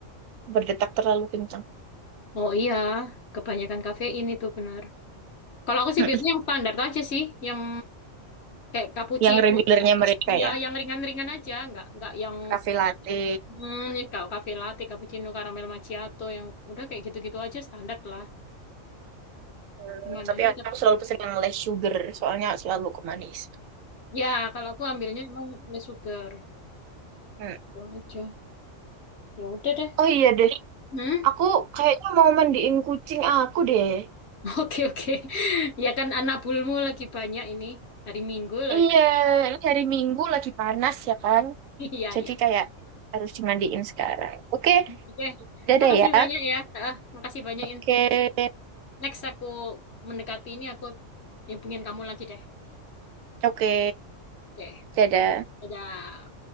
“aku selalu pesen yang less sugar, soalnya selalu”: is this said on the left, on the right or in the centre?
Right